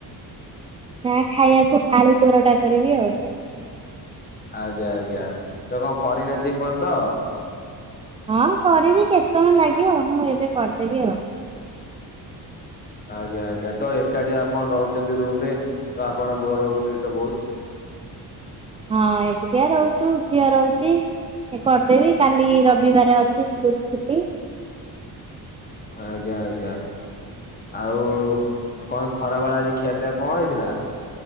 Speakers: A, on the right (about 15°); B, on the left (about 25°).
A: ନା ଖାଇବାକୁ ଆଳୁ ପରଟା କରିବି ଆଉ।
B: ଆଜ୍ଞା ଆଜ୍ଞା ତୁ କଣ କରିନାହାନ୍ତିି ଏ ପର୍ଯ୍ୟନ୍ତ।
A: ହଁ କରିବି କେତେ ସମୟ ଲାଗିବ ମୁଁ ଏବେ କରିଦେବି ଆଉ।
B: ଆଜ୍ଞା ଆଜ୍ଞା ତ ଏକାଠି ଆପଣ ରହୁଛନ୍ତି ରୁମ ରେ ତ ଆପଣ ବୋର ହଉଥିବେ ତ ବହୁତ।
A: ହଁ ଏକୁଟିଆ ରହୁଚୁ ଝିଅ ରହୁଚି। କରିଦେବି କାଲି ରବିବାର ଅଛି ସ୍କୁଲ ଛୁଟି।
B: ଆଜ୍ଞା ଆଜ୍ଞା। ଆଉ କଣ ଖରା ବେଳ ଆଜି ଖିଆ ପିଆ କଣ ହେଇଥିଲା?